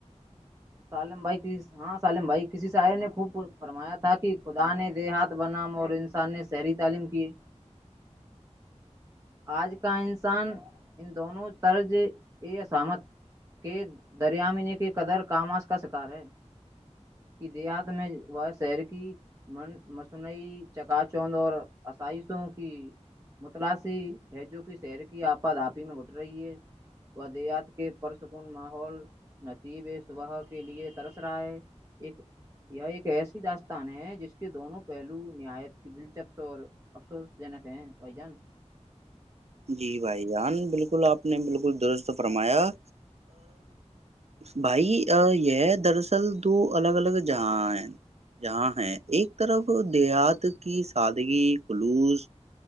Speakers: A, on the right; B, on the right.
A: سالم بھائی ک ہاں سالم بھائی کسی شاعر نے خو فرمایا تھا کہ خدا نے دیہات بنام اور انسان نے شہری تعلیم کیے آج کا انسان ان دونوں طرز ا اامت کے دریامین کی قدر کامش کا شکار ہے کہ دیہات میں وہ شر کی مصنوعی چکا چوند اور آسائشوں کی متلاث جو کہ شہر کی آپاد آپی میں اٹھ رہی ہے ودیات کے پرسکون ماحول نصیب صبح کے لیے ترس رہا ہے ایک یہ ایک ایسی داستان ہے جس کے دونوں پہلو نہایت کی دلچسپ اور افسوس جنک ہے بھائی جان
B: جی بھائی جان بالکل آپ نے بالکل درست فرمایا بھائی یہ دراصل دو الگ الگ جہاں ہیں جہاں ہیں ایک طرف دیہات کی سادگی خلوص